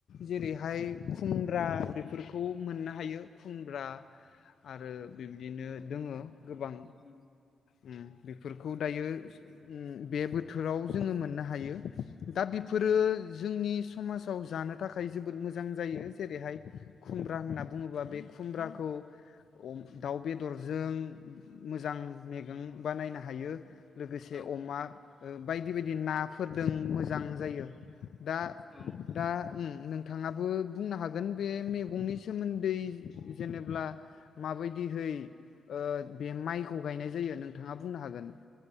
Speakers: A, on the left (about 75°); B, on the left (about 25°).
A: जेरैहाय खुमब्रा बेफोरखौ मोननो हायो खुमब्रा आरो बिबदिनो दोङो गोबां
B: उम
A: उम बेफोरखौ उम दायो उम बे बोथोराव जोङो मोननो हायो। दा बेफोरो जोंनि समाजाव जानो थाखाय जोबोद मोजां जायो जेरैहाय खुम्ब्रा होनना बुङोबा बे खुमब्राखौ खौ दाउ बेदरजों मोजां थायगं बानायनो हायो। लोगोसे
B: औ
A: अमा बायदि बायदि नाफोरजों मोजां जायो। दा
B: औ
A: दा उम नोंथाङाबो बुंनो हागोन बे मेगंनि सोमोन्दै जेनेब्ला माबायदिहै ओ बे माइखौ गायनाय जायो नोंथाङा बुंनो हागोन।